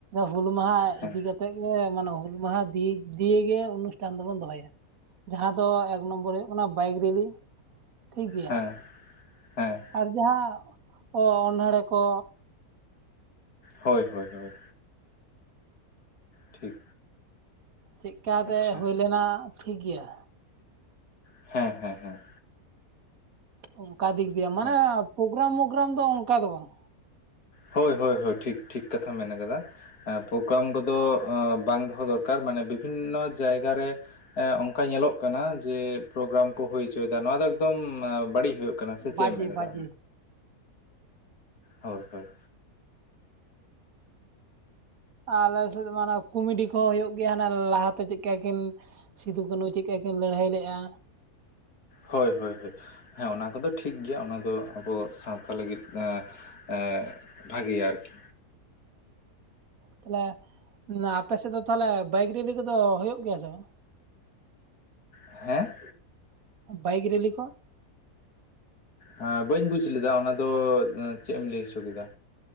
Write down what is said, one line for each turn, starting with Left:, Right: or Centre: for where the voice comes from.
Right: ᱦᱩᱞ ᱢᱟᱦᱟ
Left: ᱦᱮᱸ
Right: ᱤᱫᱤ ᱠᱟᱛᱮᱜ ᱜᱮ ᱢᱟᱱᱮ ᱦᱩᱞ ᱢᱟᱦᱟ ᱫᱤᱠ ᱫᱤᱭᱮ ᱜᱮ ᱚᱱᱩᱥᱴᱷᱟᱱ ᱫᱚ ᱵᱚᱱ ᱫᱚᱦᱚᱭᱼᱟ ᱾ ᱡᱟᱦᱟᱸ ᱫᱚ ᱮᱠ ᱱᱚᱢᱵᱚᱨ ᱦᱩᱭᱩᱜᱼᱠᱟᱱᱟ ᱵᱟᱭᱤᱠ ᱨᱮᱞᱤᱝ ᱴᱷᱤᱠ ᱜᱮᱭᱟ
Left: ᱦᱮᱸ ᱦᱮᱸ
Right: ᱟᱨ ᱡᱟᱦᱟᱸ ᱚᱱᱚᱲᱦᱮᱸ ᱠᱚᱼᱼ
Left: ᱦᱳᱭ ᱦᱳᱭ ᱦᱳᱭ᱾ ᱴᱷᱤᱠ᱾
Right: ᱪᱮᱫ ᱠᱟᱛᱮ
Left: ᱟᱪᱪᱷᱟ
Right: ᱦᱩᱭ ᱞᱮᱱᱟ ᱴᱷᱤᱠ ᱜᱮᱭᱟ᱾
Left: ᱦᱮᱸ ᱦᱮᱸ ᱦᱮᱸ᱾
Right: ᱚᱱᱠᱟᱹ ᱫᱤᱠ ᱫᱤᱭᱮ ᱢᱟᱱᱮ
Left: ᱦᱮᱸ
Right: ᱯᱨᱳᱜᱨᱟ ᱢᱳᱜᱨᱟᱢ ᱫᱚ ᱚᱱᱠᱟ ᱫᱚ ᱵᱟᱝ᱾
Left: ᱦᱳᱭ ᱦᱳᱭ ᱦᱳᱭ ᱴᱷᱤᱠ ᱴᱷᱤᱠ ᱠᱟᱛᱷᱟᱢ ᱢᱮᱱ ᱟᱠᱟᱫᱟ᱾ ᱯᱨᱳᱜᱨᱟᱢ ᱠᱚᱫᱚ ᱵᱟᱝ ᱫᱚᱦᱚᱸ ᱫᱚᱨᱠᱟᱨ ᱢᱟᱱᱮ ᱵᱤᱵᱷᱤᱱᱱᱚ ᱡᱟᱭᱜᱟ ᱨᱮᱼᱼ ᱮ ᱚᱱᱠᱟ ᱧᱮᱞᱚᱜ ᱠᱟᱱᱟ ᱡᱮ ᱯᱨᱳᱜᱨᱟᱢ ᱠᱚ ᱦᱳᱭ ᱦᱚᱪᱚᱭ ᱮᱫᱟ ᱱᱚᱣᱟ ᱫᱚ ᱮᱠᱫᱚᱢ ᱵᱟᱹᱲᱤᱡ ᱦᱩᱭᱩᱜ ᱠᱟᱱᱟ᱾ ᱠᱟᱱᱟ ᱥᱮ ᱪᱮᱫ
Right: ᱵᱟᱡᱮ
Left: ᱮᱢ ᱢᱮᱱᱮᱫᱟ?
Right: ᱵᱟᱡᱮ
Left: ᱦᱳᱭ ᱦᱳᱭ᱾
Right: ᱟᱞᱮ ᱥᱮᱫ ᱢᱟᱱᱮ ᱠᱚᱢᱮᱰᱤ ᱠᱚᱦᱚᱸ ᱦᱩᱭᱩᱜ ᱜᱮᱭᱟ ᱦᱟᱱᱮ ᱞᱟᱦᱟᱛᱮ ᱪᱮᱫ ᱞᱮᱠᱟ ᱠᱤᱱᱼᱼ ᱥᱤᱫᱩ ᱠᱟᱹᱱᱩ ᱪᱮᱫ ᱞᱮᱠᱟ ᱠᱤᱱ ᱞᱟᱹᱲᱦᱟᱹᱭ ᱞᱮᱜᱼᱟ᱾
Left: ᱦᱳᱭ ᱦᱳᱭ ᱦᱳᱭ ᱦᱮᱸ ᱚᱱᱟ ᱠᱚᱫᱚ ᱴᱷᱤᱠ ᱜᱮᱭᱟ ᱚᱱᱟ ᱫᱚ ᱟᱸᱵᱚ ᱥᱟᱶᱛᱟ ᱞᱟᱹᱜᱤᱫᱼᱼ ᱮᱱ ᱵᱷᱟᱜᱮᱭᱟ ᱟᱨᱠᱤ᱾
Right: ᱛᱟᱦᱞᱮ ᱟᱯᱮ ᱥᱮᱫ ᱫᱚ ᱛᱟᱦᱚᱞᱮ ᱵᱟᱭᱤᱠ ᱨᱮᱞᱤ ᱠᱚᱫᱚ ᱦᱳᱭᱳᱜ ᱜᱮᱭᱟ ᱥᱮ ᱵᱟᱝ?
Left: ᱦᱮᱸ?
Right: ᱵᱟᱭᱤᱠ ᱨᱮᱞᱤ ᱠᱚ?
Left: ᱦᱮᱸ ᱵᱟᱹᱧ ᱵᱩᱡ ᱞᱮᱫᱟ ᱚᱱᱟ ᱫᱚ ᱪᱮᱫ ᱮᱢ ᱞᱟᱹᱭ ᱦᱚᱪᱚ ᱠᱮᱫᱟ?